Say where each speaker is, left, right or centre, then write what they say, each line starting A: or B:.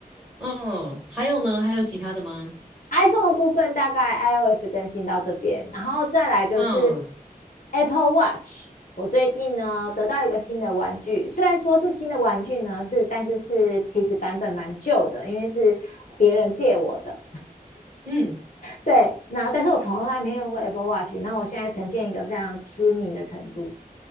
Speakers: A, in the centre; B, on the left.
A: 嗯，还有呢？还有其他的吗？
B: iPhone 的部分大概 iOS 更新到这边，然后再来就是
A: 嗯
B: Apple Watch。我最近呢得到一个新的玩具，虽然说是新的玩具呢，是但是是其实版本蛮旧的，因为是别人借我的。
A: 嗯，
B: 对，那但是我从来没用过 Apple Watch，那我现在呈现一个非常痴迷的程度。